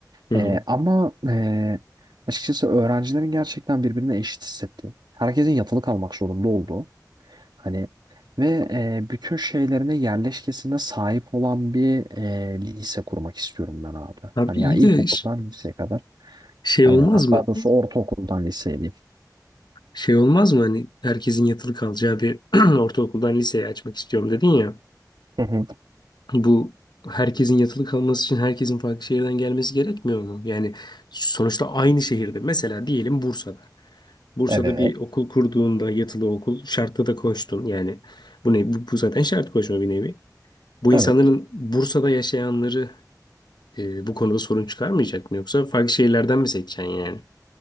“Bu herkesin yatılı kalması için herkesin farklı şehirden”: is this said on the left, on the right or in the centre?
Left